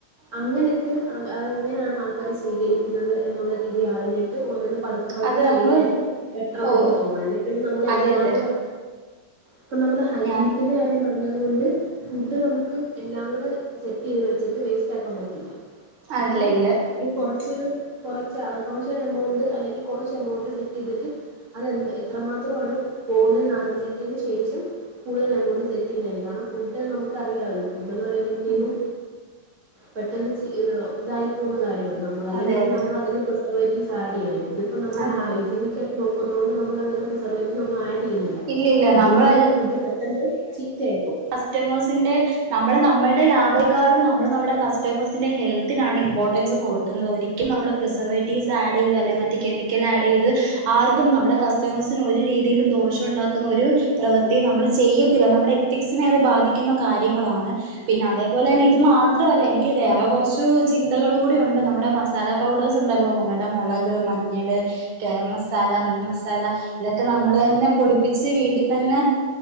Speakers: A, on the right (about 45°); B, on the right (about 85°).
A: അങ്ങനെയൊക്കെ അതെങ്ങനെയാണ് ആൾക്കാര് സ്വീകരിക്കുന്നത് എന്നുള്ള രീതി ആ പറഞ്ഞിട്ട് ഓരോന്നന്ന് പതുക്കെ പതുക്കെ
B: അത്
A: ചെയ്യുന്നതായിരിക്കും
B: നമ്മള്
A: പെട്ടെന്ന്
B: ഓ
A: എനിക്ക് തോന്നും അല്ലേ പിന്നെ നമ്മളെല്ലാം
B: അതെ അതെ
A: കൂടെ.... ഇപ്പ നമ്മള് ഹൈജീനിക്കിന്റെ
B: ഞാൻ
A: കാര്യ പറഞ്ഞു പറഞ്ഞതുകൊണ്ട് ഫുഡ് നമുക്ക് എല്ലാം കൂടെ സെറ്റ് ചെയ്ത് വെച്ചിട്ട് വേസ്റ്റ് ആക്കാൻ പറ്റില്ല
B: അല്ല
A: അപ്പം
B: ഇല്ല
A: ഒരു കൊറച്ച് കുറച്ച് കുറച്ച എമൗണ്ട് അല്ലെങ്കിൽ കുറച്ച് എമൗണ്ട് സെറ്റ് ചെയ്തിട്ട് അത്െന്ത് എത്രമാത്രമാണ് പോകുന്നറിഞ്ഞിട്ടന് ശേഷം കൂടുതൽ എമൗണ്ട് സെറ്റ് ചെയ്യുന്നതനി കാരണം ഫു നമുക്കറിയാവല്ല എന്ന് പറയുമ്പഴത്തേക്കും
B: ഉം
A: പെട്ടെന്ന് ഇതായി പോകുന്ന കാര്യ ല്ല നമ്മള
B: അതെ അതെ
A: പ്സർവ സാഡിയാണ് ഇ അപ്പൊ നമ്മള്
B: അതെ
A: ഹൈജീിനിക്കായിട്ട്
B: അതെ
A: നോ കൊണ്ട് നമ്മ അങ്ങെ പ്രസർവ്് ആഡ് ചെയ്യുന്നില്ല
B: ഇല്ലില്ല
A: അതുകൊണ്ട്
B: നമ്മള്
A: തന്നെ ഫുഡ് പെട്ടെന്ന് ചീത്ത ആയിപ്പോവും
B: കസ്റ്റമേഴ്‌സിന്റെ കസ്റ്റമേഴ് നമ്മ നമ്മുടെ ലാഭക്കാും നമ്മൾ നമ്മുടെ കസ്റ്റമേഴ ഹെൽത്തിനാണ് ഇമ്പോർട്ടൻസ് കൊടുക്കുന്നത് ഒരിക്കലും നമ്മ പ്രിസർവേറ്റീവ്സ്ഡ് ചെയ്ത് അല്ല കെിക്കൽ് ചെയ്ത്ും നമ്മ കസ്റ്റമആർക്കും ഒരു രീതിയിലും ദോഷം ശം ഉണ്ടാക്കുന്ന ഒരു പ്രവൃത്തിയും നമ്മൾ ചെയ്യത്തില്ല നമ്മുടെ എത്തിക്സിനെ അത് ബാധിക്കുന്ന കാര്യം കാര്യങ്ങളാണ് പിന്നെ അതേപോലെ തെ ഇത് മാത്രല്ല എനിക്ക് വേറെ കുറച്ച് ചിന്തകൾ കൂടി ഉണ്ട് നമ്മുടെ മസാല പൗഡേഴ്സ് ഉണ്ടല്ലോ നുടെ മുളക് മഞ്ഞള് ഗരം മസാല മീൻ മസാല ഇതൊക്കെ നമ്മള് തന്നെ പൊടിപ്പിച്ച് വീട്ടിൽ തന്നെ